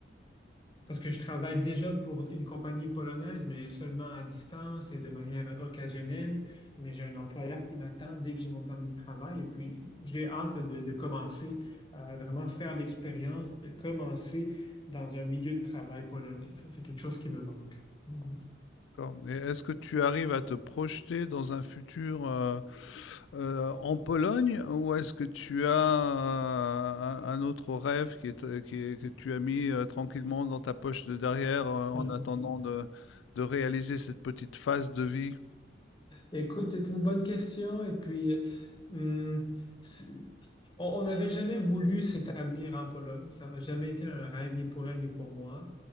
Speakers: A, on the left; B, on the left.
A: parce que je travaille déjà pour une compagnie polonaise, mais seulement à distance et de manière occasionnelle. Mais j'ai un employeur qui m'attend dès que j'ai mon permis de travail. Et puis, j'ai hâte de, de commencer à vraiment faire l'expérience de commencer dans un milieu de travail polonais. Ça, c'est quelque chose qui me manque. Mhm.
B: D'accord. Et est-ce que tu arrives à te projeter dans un futur euh, euh, en Pologne ou est-ce que tu as euh, un, un autre rêve qui est, qui est- que tu as mis euh, tranquillement dans ta poche de derrière euh, en
A: <laughs>
B: attendant de, de réaliser cette petite phase de vie?
A: Écoute, c'est une bonne question. Et puis, hum, c'est- On on n'avait jamais voulu s'établir en Pologne. Ça n'a jamais été un rêve ni pour elle ni pour moi.